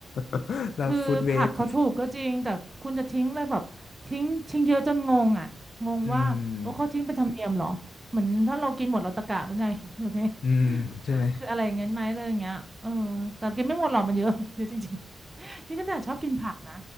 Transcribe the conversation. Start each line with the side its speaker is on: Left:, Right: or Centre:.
Left: <laughs> เราฟู้ดเวสต์
Right: คือผักเขาถูกก็จริงแต่คุณจะทิ้งเลยแบบทิ้งทิ้งเยอะจนงงอ่ะงงว่าโอ้เขาทิ้งเป็นธรรมเนียมเหรอเหมือนถ้าเรากินหมดเราตะกะหรือไง
Left: อืม
Right: <laughs> หรือไง
Left: อืมใช่ไหม
Right: <laughs> คืออะไรอย่างเงี้ยไหมเลยอย่างเงี้ยเออแต่กินไม่หมดหรอกมันเยอะ <laughs> เยอะจริงๆนี่ขนาดชอบกินผักนะ